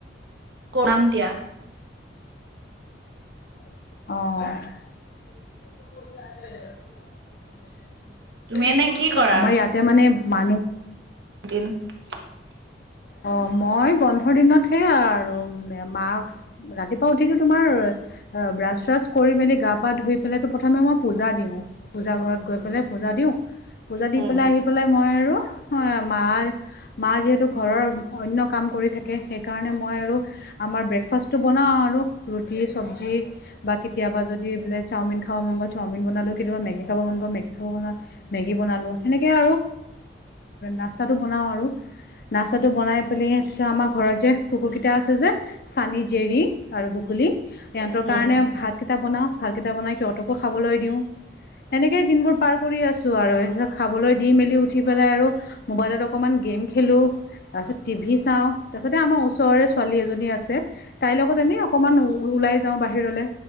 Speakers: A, on the right (about 80°); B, on the left (about 55°).
A: কৰাম দিয়া।
B: অ' <unintelligible> <unintelligible>
A: তুমি এনে কি কৰা
B: আমাৰ ইয়াতে মানে মানুহ
A: তিন <unintelligible>
B: অ' মই বন্ধৰ দিনতহে আৰু মা ৰাতিপুৱা উঠিকে তোমাৰ অ' ব্ৰাছ ছ্ৰাছ কৰি মেলি গা পা ধুই পেলাইটো প্ৰথমে মই পূজা দিওঁ পূজা ঘৰত গৈ পেলাই পূজা দিওঁ পূজা দি
A: উম
B: পেলাই আহি পেলায় মই আৰু মা মা যিহেতু ঘৰৰ অন্য কাম কৰি থাকে সেইকাৰণে মই আৰু আমাৰ ব্ৰেকফাষ্টটো বনাওঁ আৰু ৰুটি চব্জি বা কেতিয়াবা যদি বোলে চাওমিন খাব মন গ'ল চাওমিন বনালোঁ কেতিাবা মেগী খাব মন গ'ল মেগ খাব মন গ'ল মেগী বনালোঁ সেনেকে আৰু নাস্তাটো বনাওঁ আৰু। নাস্তাটো বনাই পেলি তাৰপিত আমাৰ ঘৰত যে কুকুৰকেইটা আছে যে চানী, জেৰী আৰু বুকলী সিহঁতৰ
A: উম
B: কাৰণে ভাতকেইটা বনাওঁ ভালকেইটা বনাই সিহঁতকো খাবলৈ দিওঁ। সেনেকেই দিনবোৰ পাৰ কৰি আছোঁ আৰু ইহঁতক খাবলৈ দি মেলি উঠি পেলাই আৰু মোবাইলত অকমান গেম খেলোঁ। তাৰপিছত টিভি চাওঁ তাৰ পিছতে আমাৰ ওচৰৰে ছোৱালী এজনী আছে তাইৰ লগত এনে অকমান ওল ওলাই যাওঁ বাহিৰলৈ